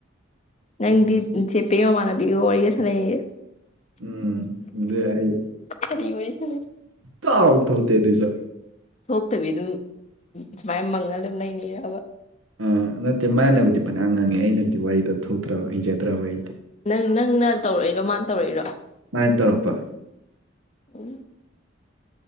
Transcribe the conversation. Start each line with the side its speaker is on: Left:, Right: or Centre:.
Left: ꯅꯪꯗꯤ
Right: ꯑꯣ
Left: ꯆꯦ ꯄꯦ ꯃꯥꯃꯅꯕꯤꯒ ꯋꯥꯔꯤꯒ ꯁꯅꯩꯌꯦꯌꯦ
Right: ꯎꯝ ꯑꯗꯨ ꯑꯩ
Left: ꯀꯔꯤ ꯋꯥꯔꯤ ꯁꯥꯟꯅꯩ
Right: ꯇꯣꯛ ꯇꯣꯛꯂꯛꯇꯦ ꯑꯗꯨꯁꯨ
Left: ꯊꯣꯛꯇꯕꯤ ꯑꯗꯨꯝ ꯁꯨꯃꯥꯏꯅ ꯃꯪꯉꯂꯩꯅꯩꯔꯕ
Right: ꯑꯥ ꯅꯠꯇꯦ ꯃꯥꯅꯕꯨꯗꯤ ꯐꯅꯤꯌꯝ ꯉꯥꯡꯉꯦ ꯑꯩꯅꯗꯤ ꯋꯥꯔꯤꯗꯣ ꯊꯣꯛꯇ꯭ꯔꯕ ꯍꯩꯖꯗ꯭ꯔꯕ ꯑꯩꯗꯤ
Left: ꯅꯪ ꯅꯪꯅ ꯇꯧꯔꯛꯏꯔꯣ ꯃꯥꯅ ꯇꯧꯔꯛꯏꯔꯣ
Right: ꯃꯟꯅ ꯇꯧꯔꯛꯄ
Left: ꯎꯝ